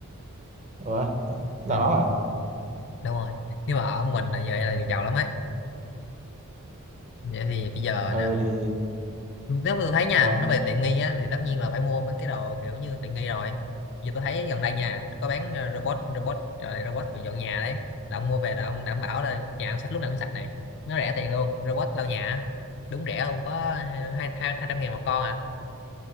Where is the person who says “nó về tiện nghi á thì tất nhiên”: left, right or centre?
Left